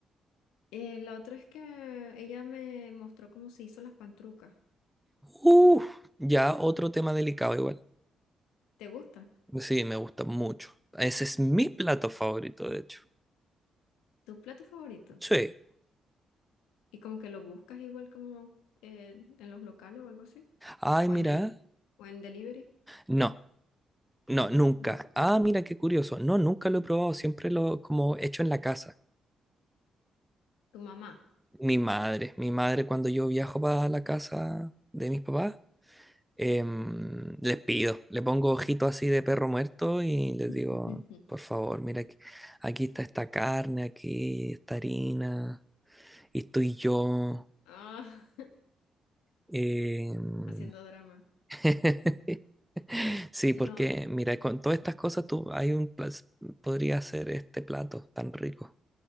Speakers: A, on the left; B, in the centre.
A: Eh, la otra es que ella me mostró cómo se hizo las pantrucas.
B: Uf,
A: Mm,
B: ya otro tema delicado igual.
A: ¿Te gusta?
B: Sí, me gusta mucho. Ese es mi plato favorito, de hecho.
A: ¿Tu plato favorito?
B: Sí.
A: Y como que lo buscas igual como eh, en los locales o algo así.
B: Ay,
A: o
B: mira.
A: en el, o en delivery,
B: No, no, nunca.
A: ¿no?
B: Ah, mira, qué curioso. No, nunca lo he probado. Siempre lo como hecho en la casa.
A: Tu mamá.
B: Mi madre, mi madre cuando yo viajo para la casa de mis papás em, les pido, le pongo ojito así de perro muerto y les
A: <laughs>
B: digo, por favor, mira, aquí, aquí está esta carne, aquí esta harina, y estoy yo.
A: Ah,
B: em,
A: <laughs> haciendo drama.
B: <laughs> Sí,
A: No,
B: porque mira, con todas estas cosas tú hay un plas- podría hacer este plato tan rico.